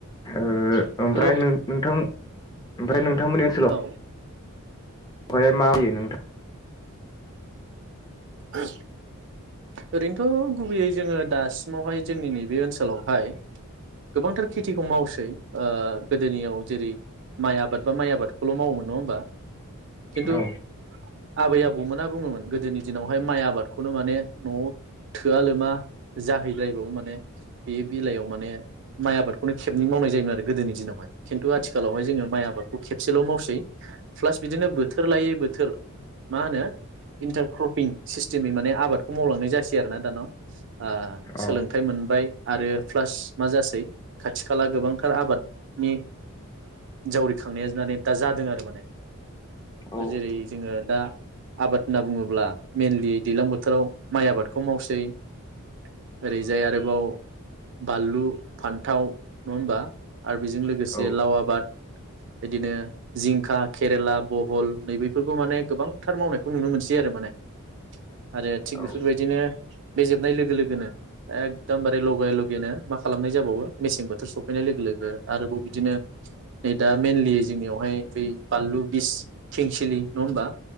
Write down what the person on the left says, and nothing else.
ओ ओमफ्राय
नों-नोंथां ओमफ्राय नों नोंथांमोननि ओनसोलाव
बेहाय मा होयो नोंथां?
औ
औ
उम
औ
औ